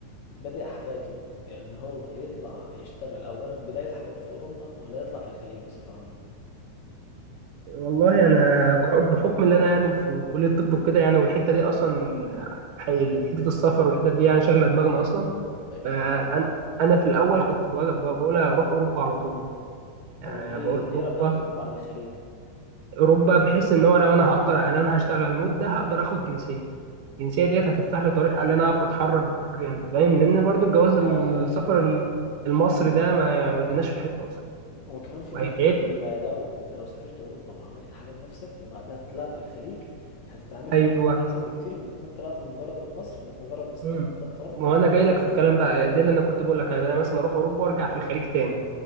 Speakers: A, on the left; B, on the right.
A: بدأ حياته ان هو يطلع يشتغل اولا بدايه حياته في اوروبا ولا يطلع في الخليج بصفه عامه
B: والله انا بحكم ان انا يعني في كليه الطب وكده يعني والحته دي اصلا حي- حته السفر والحتت دي يعني شغله دماغنا اصلا
A: اكيد
B: آه، أن- انا في الاول كنت بقول بقول اروح اوروبا على طول يعني
A: طب ليه
B: بقول
A: ليه
B: اوروبا
A: رجحت اوروبا عن الخليج
B: اوروبا بحيث ان هو لو انا هقدر ان انا هشتغل مده هقدر اخد جنسيه الجنسيه ديت هتفتح لي طريق ان انا اعرف اتحرك بحريه انت فاهم لان برضو الجواز الم-
A: معاك حلوه
B: السفر
A: بصراحه
B: الم- المصري ده ما ما اديناش في حته اصلا
A: وكمان في
B: وهيتعبنا
A: ميزة آه، لو انت لو سافرت اوروبا وعملت حاجة لنفسك وبعدها طلعت على الخليج هتتعامل
B: ايوه
A: مع احسن بكتير من انك تكون طلعت من مجرد من مصر انك مجرد اسمك
B: امم
A: مجرد طالب
B: ما هو انا جاي لك في الكلام بقى ده اللي انا كنت بقول لك انا مثلا اروح اوروبا وارجع في الخليج تاني